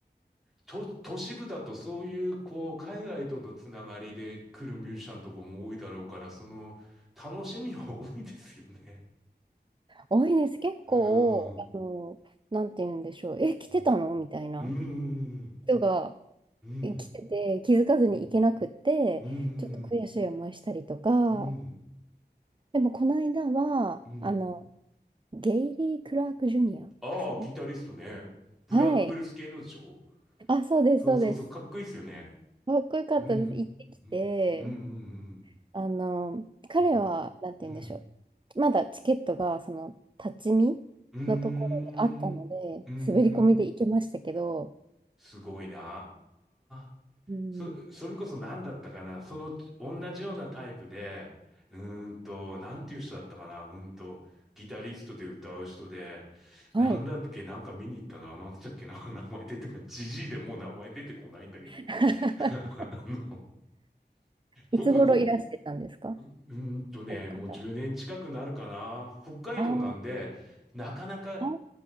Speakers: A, in the centre; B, on the right.
A: と、都市部だとそういうこう海外とのつながりで来るミュージシャンとかも多いだろうから、その楽しみは多いですよね。
B: 多いです。結構、
A: うー
B: あの、
A: ん。
B: なんて言うんでしょう。え、来てたのみたいな
A: うん。うん。
B: 人が
A: うん。
B: え来てて、気づかずに行けなくって、
A: うん。
B: ちょっと悔しい思いしたりとか。
A: うん。
B: でも、この間は、
A: うん。
B: あの、ゲイリー・クラーク・ジュニアさん
A: ああ、ギタリストね。ブラ、
B: はい。
A: ブルース系のでしょ
B: あ、そうです、
A: そうそうそう、
B: そうです。
A: かっこいいですよね。
B: かっこよかったです。
A: うん。
B: 行ってきて、
A: うん。うん。
B: あの、彼は、
A: うん。
B: なんて言うんでしょ
A: うん。うん。
B: う。まだチケットが、その、立ち見のところであったので、
A: うん。うん
B: 滑り込みで行けましたけど、
A: すごいなあ。
B: うん
A: そ、それこそ何だったかな、その同じようなタイプで、うーんと、なんていう人だったかな、うーんと、ギタリストで歌う人で、
B: はい。
A: なんだっけ、なんか見に行ったな、なんつったっけな、<laughs> 名前出てこない。じじいでもう名前出てこないんだけど。
B: <laughs>
A: <laughs> あの
B: いつ頃いらしてたんですか
A: 僕、ほ、ううーんとね、
B: その方は。
A: もう10年近くなるかな。北海道なんで、
B: あー
A: なかなか、
B: あー、